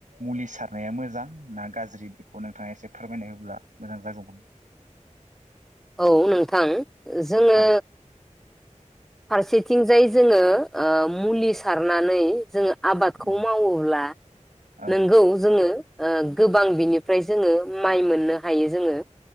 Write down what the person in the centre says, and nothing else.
औ नोंथां। ओ जोङो
फारसेथिंजाय जोङो ओ मुलि सारनानै जोङो आबादखौ
मावोब्ला
नोंगौ जोङो ओ गोबां बिनिफ्राय जोङो माइ मोननो हायो जोङो।